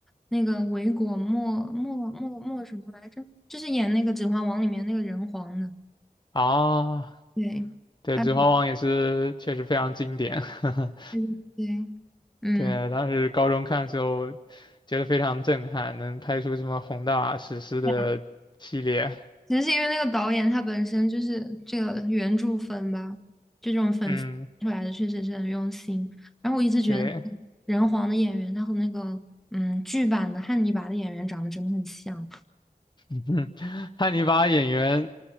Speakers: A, in the centre; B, on the left.
A: 那个维果莫莫莫莫什么来着？就是演那个《指环王》里面那个人皇的。
B: 啊，
A: 对，
B: 对，
A: 啊，
B: 《指环王》也是确实非常经典。<laughs>
A: 对对对，嗯，
B: 对，当时高中看的时候，觉得非常震撼，能拍出这么宏大史诗的系列。
A: 对啊其实是因为那个导演他本身就是这个原著粉吧，就这种粉丝出来的确实是很用心。
B: 嗯，
A: 然后我一直觉得
B: 对，
A: 人皇的演员他和那个嗯剧版的汉尼拔的演员长得真的很像。
B: <laughs> 汉尼拔演员